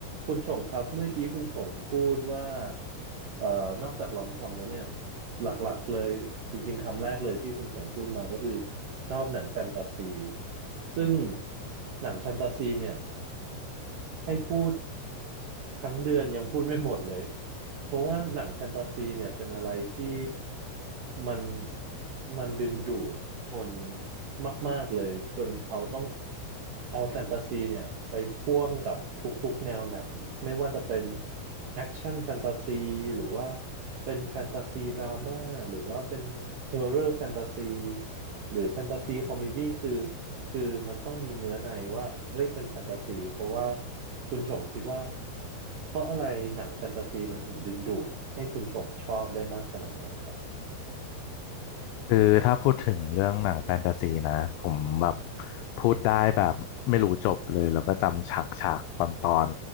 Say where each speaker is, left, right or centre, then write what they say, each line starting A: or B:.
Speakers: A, on the right; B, on the left.
A: คุณชงครับเมื่อกี้คุณชงพูดว่าเอ่อนอกจากลอมคอมแล้วเนี่ยหลักๆเลยจริงๆคำแรกเลยที่คุณชงพูดมาก็คือชอบหนังแฟนตาซีซึ่งหนังแฟนตาซีเนี่ยให้พูด ทั้งเดือนยังพูดไม่หมดเลย เพราะว่าหนังแฟนตาซีเนี่ยเป็นอะไรที่มันมันดึงดูดคนมากๆเลยจนเขาต้องเอาแฟนตาซีเนี่ยไปพ่วงกับทุกๆแนวหนังไม่ว่าจะเป็นแอคชั่นแฟนตาซีหรือว่าเป็นแฟนตาซีดราม่าหรือว่าเป็นฮอ r ์เรอร์แฟนตาซีหรือแฟนตาซีคอมเมดี้คือ คือมันต้องมีเนื้อในว่าเอ้ยเป็นแฟนตาซี เพราะว่าคุณชงคิดว่าเพราะอะไรหนังแฟนตาซีมันถึงดึงดูดให้คุณชงชอบได้มากขนาดนั้นครับ
B: คือถ้าพูดถึงเรื่องหนังแฟนตาซีนะผมแบบพูดได้แบบไม่รู้จบเลยแล้วก็จำฉากฉากตอนตอน